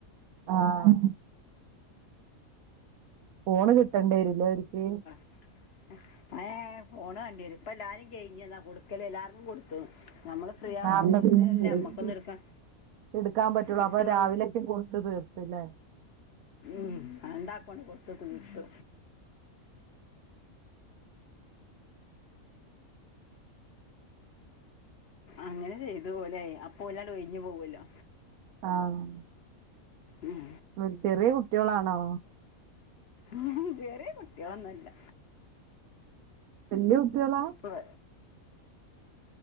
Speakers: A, on the right; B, on the left.
A: ആഹ് ഫോണ് കിട്ടേണ്ടി വരില്ലേ ഓല് ക്ക്.
B: ആഹ് ഏ ഫോണ് വേ ണ്ടി വരും. ഇപ്പ എല്ലാരും കഴിഞ്ഞത്. എന്നാ കൊടുക്കല് എല്ലാർക്കും കൊടുത്തു. നമ്മള് ഫ്രീ
A: നാപ
B: ആയിട്ടല്ലേ
A: ത്തി
B: നമ്മക്കൊന്നും
A: കൊ
B: എടുക്കാൻ
A: ടുക്കാൻ പറ്റുള്ളു.
B: കിട്ടുള്ളൂ
A: അപ്പൊ രാവിലെയൊക്കെ കൊടുത് ത്ത് ല്ലെ
B: ഉം രണ്ടാക്കാണ് കൊടുത്ത് തീർത്തു. അങ്ങനെ ചെയ്തു ലെ അപ്പൊ അവര് ഒഴഞ്ഞങ്ങ് പോവല്ലോ.
A: ആഹ്
B: ഉം
A: ഓല് ചെറിയ കുട്ടികളാണോ?
B: ഉം ചെറ്യേ കുട്ടികളൊന്നുമല്ല
A: വല്ലിയ കുട്ടികളാ.
B: ഉവ്വ്